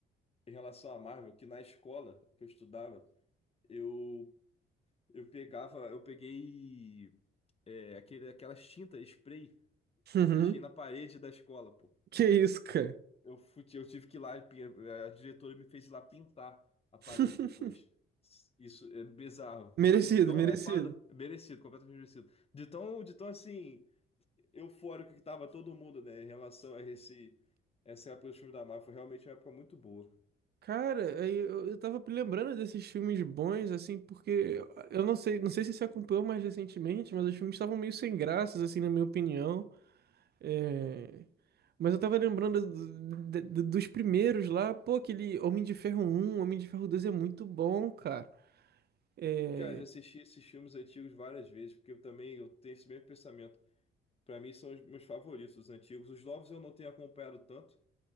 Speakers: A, on the left; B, on the right.
A: em relação à Marvel que na escola que eu estudava, eu eu pegava, eu peguei é, aquele, aquelas tinta spray
B: <laughs> Uhum.
A: e pichei na parede da escola, pô.
B: Que isso, cara?
A: Eu fui, eu tive que ir lá, e pin- a diretora me fez ir lá pintar a parede
B: <laughs>
A: depois. Isso é bizarro,
B: Merecido,
A: porque de tão
B: merecido.
A: hypado, merecido, completamente merecido. De tão, de tão assim, eufórico que tava todo mundo, né, em relação a esse essa época dos filmes da Marvel, foi realmente uma época muito boa.
B: Cara, aí eu, eu tava lembrando desses filmes bons, assim, porque eu eu não sei, não sei se você acompanhou mais recentemente, mas os filmes estavam meio sem graças, assim, na minha opinião. É, Mas eu tava lembrando do- de- de- dos primeiros lá, pô, aquele Homem de Ferro um Homem de Ferro 2 é muito bom, cara. É,
A: Cara, eu já assisti esses filmes antigos várias vezes, porque eu também eu tenho esse mesmo pensamento. Pra mim são os meus favoritos, os antigos. Os novos eu não tenho acompanhado tanto,